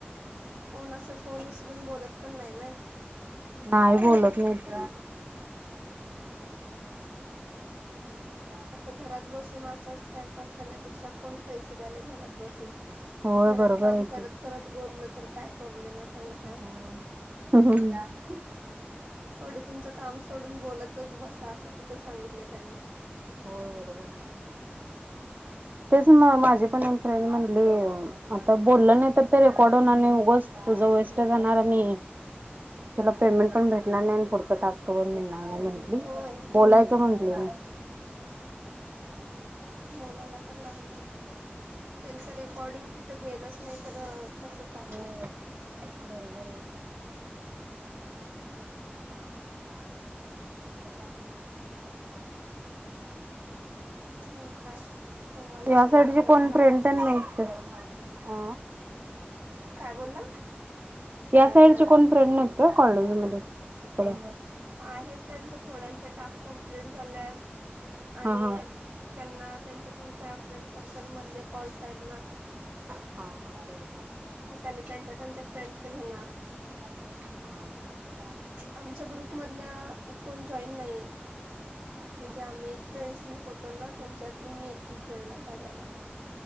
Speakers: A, on the right (about 75°); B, on the right (about 45°).
A: कोण असं फोन उचलून बोलत पण नाय ना
B: नाय बोलत मी - <inaudible> <inaudible> <inaudible>
A: आता घरात बसून असंच टाइमपास करण्यापेक्षा कोण पैसे द्यायले घरात बसून. -
B: होय
A: घरात
B: बरोबर
A: काम
B: आहे की
A: करत करत बोलल तर काय प्रॉब्लेम ये त्यांना-
B: हो.
A: काय माहित. थोडी तुमचं काम सोडून बोलतचं बसा, असं कुठं सांगितलंय त्यांनी
B: होय बरोबर ये तेच म माझी पण एक फ्रेंड म्हंटली आता बोललं नाय तर ते रेकॉर्ड होणार नाही, उगचं तुझं वेस्ट जाणार आणि तुला पेमेंट पण भेटणार नाय आणि पुढच टास्क पण मिळणार नाय म्हंटली,
A: होय
B: बोलायचं म्हंटली म <inaudible>
A: बोलायला तर लागणार, त्यांच रेकॉर्डिंग तिथं गेल च नाय तर कसं चालल
B: <unintelligible> <inaudible> <unintelligible> <inaudible>
A: हो काय तुम्हाला
B: या
A: आवड
B: साईडचे
A: तेनं
B: कोण
A: काय
B: फ्रेंड
A: असं?
B: तर नाहीत अ
A: काय बोलला?
B: या साईडचे कोण फ्रेंड नाहीत काय कॉलेजमधे थोड्या?
A: आहेत त्यांच्या थोड्यांच्या टास्क कंप्लीट झाल्यात आणि
B: हा हा
A: त्यांना त्यांच्या-त्यांच्या फ्रेंड सर्कल मधले कॉल्स आहेत ना.
B: हां <inaudible>
A: मग त्यांनी त्यांच्या-त्यांच्या फ्रेंडचं घेणार.
B: <inaudible>
A: आमचा ग्रुपमधल्या कोण जॉईन नाही आहेत.
B: <inaudible>
A: म्हणजे आम्ही फ्रेंड्स होतो ना, त्यांच्यातली मी एकटीचं जॉईन आहे कार्याला.